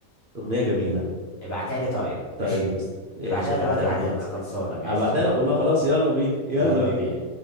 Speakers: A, on the right (about 50°); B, on the left (about 65°).
A: أغنية جميلة
B: ابعتها لي طيب ماشي
A: طيب يا اسطى ايش
B: ابعتها لي
A: هبعتها
B: دلوقتي بعد
A: لك دلوقتي
B: اذنك خلصانه ماشي
A: هبعتها لك والله خلاص يلا بينا يلا
B: يلا
A: بينا
B: بينا